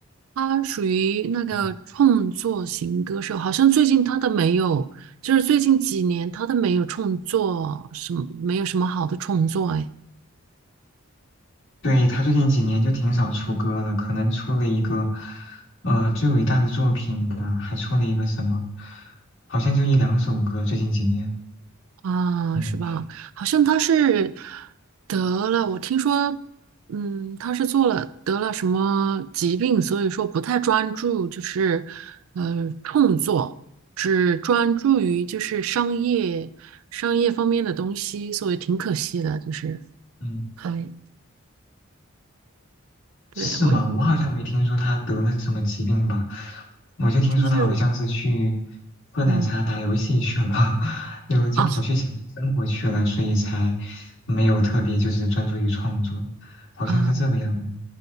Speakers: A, on the right; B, on the left.
A: 他属于那个创作型歌手，
B: 嗯
A: 好像最近他都没有，就是最近几年他都没有创作什么，没有什么好的创作，哎。
B: 对，他最近几年就挺少出歌了，可能出了一个呃最伟大的作品吧，还出了一个什么，好像就一两首歌，最近几年。
A: 啊，
B: 嗯
A: 是吧？好像他是得了，我听说，嗯，他是做了得了什么疾病，所以说不太专注，就是呃创作，只专注于就是商业商业方面的东西，所以挺可惜的，就是
B: 嗯。
A: 还对我
B: 是吗？我好像没听说他得了什么疾病吧，我就听说他好像是去
A: 就是
B: 喝奶茶、
A: 嗯
B: 打游戏去了，<laughs> 然后就跑去享受生活去了，
A: 啊
B: 所以才没有特别就是专注于创作，好像是这个样子。
A: 啊